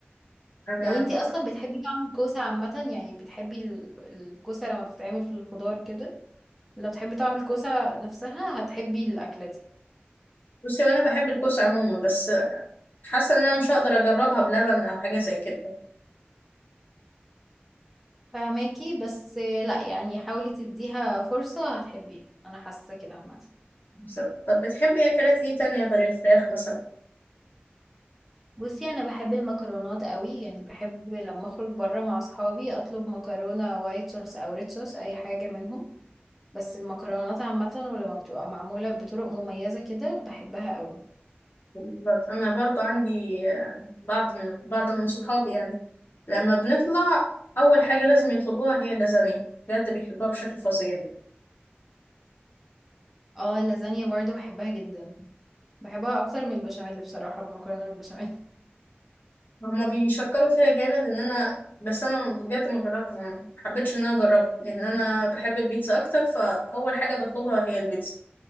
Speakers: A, on the left (about 55°); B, in the centre.
A: انا
B: لو انتي اصلا بتحبي طعم الكوسه عامه يعني بتحبي ال- الكوسه لما بتتعمل في الخضار كده لو بتحبي طعم الكوسه نفسها هتحبي الاكله دي
A: بصي وانا بحب الكوسه عموما بس حاسه ان انا مش هقدر اجربها بلبن او حاجه زي كده
B: فهماكي بس لا يعني حاولي تديها فرصه هتحبيها انا حاسه كده عامه
A: بالظبط طب بتحبي اكلات ايه تانية غير الفراخ مثلا
B: بصي انا بحب المكرونات قوي يعني بحب لما اخرج بره مع اصحابي اطلب مكرونه وايت صوص او ريد صوص اي حاجه منهم بس المكرونات عامه ولما بتبقى معموله بطرق مميزه كده بحبها قوي
A: بالظبط انا برضو عندي آه، بعض بعض من صحابي يعني لما بنطلع اول حاجه لازم يطلبوها هي اللازانيا بجد بيحبوها بشكل فظيع يعني
B: اه اللازانيا برضو بحبها جدا بحبها اكتر من البشاميل بصراحة المكرونة بالبشاميل <laughs>
A: هما بيشكروا فيها جامد ان انا بس انا بجد ما جرب- ما حبيتش ان انا اجربها لان انا بحب البيتزا اكتر فاول حاجه بطلبها هي البيتزا